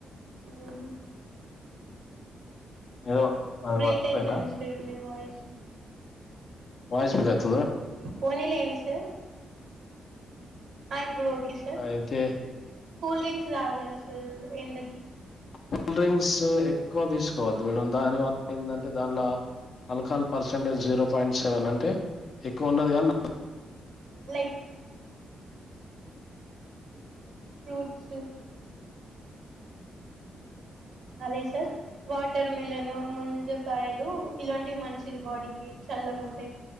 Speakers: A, on the right; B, on the left.
A: హ్మ్ హు
B: ఏదో అది
A: బ్రేక్
B: మర్చిపోయినా
A: అయితుంది సార్ మీ వాయిస్
B: వయిస్ వికాదు
A: పోనీ లేండి సార్ ఆ ఇప్పుడు ఓకే సార్
B: అయితే
A: కూల్ డ్రింక్స్ తాగాలి సార్ ఎండ
B: కూల్ డ్రింక్స్ ఎక్కువ తీసు <unintelligible> మేడం దానివల్ల ఏంటంటే దానిలో alcohol percentage zero point seven అంటే ఎక్కువ ఉన్నది కానీ
A: లైక్ ఫ్రూట్స్ అదే సార్ వాటర్ మిలన్ ముంజకాయలు ఇలాంటివి మంచిది బాడీకి చల్లగుంటయి